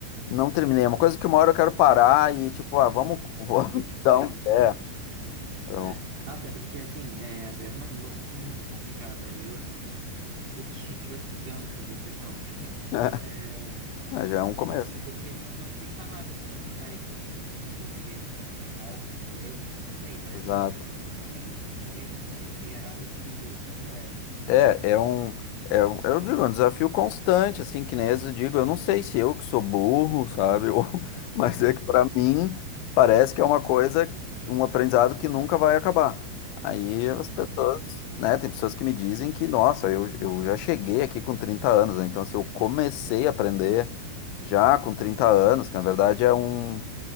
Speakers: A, on the left; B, on the right.
A: não terminei. É uma coisa que uma hora eu quero parar e tipo, ah, vamos, vamos
B: E se dedicar
A: <laughs> dar
B: a
A: um
B: isso.
A: pé. Então,
B: É. Nossa, é porque, assim, é, é uma língua muito complicada. Eu, assim, um pouquinho, <laughs> tipo assim, danca, eu sei falar. <laughs>
A: <laughs>
B: É,
A: é, já é um
B: E,
A: começo.
B: assim, porque não, não tem palavras assim parecidas com o português, com o espanhol, com o inglês, assim, não sei, parece
A: Exato.
B: uma língua assim totalmente diferente, criada assim do, do zero.
A: É, é um, é um, eu digo, é um desafio constante, assim, que nem às vezes eu digo, eu não sei se eu que sou burro, sabe, <laughs> ou, mas é que para mim parece que é uma coisa, um aprendizado que nunca vai acabar. Aí as pessoas,
B: Uhum.
A: né, tem pessoas que me dizem que, nossa, eu, eu já cheguei aqui com 30 anos, né, então assim, eu comecei a aprender já com 30 anos, que na verdade é um,